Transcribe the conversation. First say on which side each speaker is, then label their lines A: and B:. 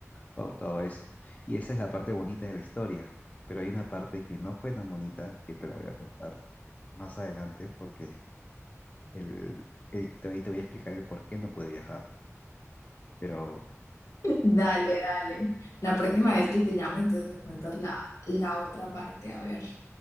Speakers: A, on the left; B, on the left.
A: pautado eso. Y esa es la parte bonita de la historia, pero hay una parte que no fue tan bonita que te la voy a contar más adelante porque el, el- te, voy- te voy a explicar el por qué no pude viajar, pero...
B: Dale, dale. La próxima vez que te llame, entonces me cuentas la, la otra parte, a ver.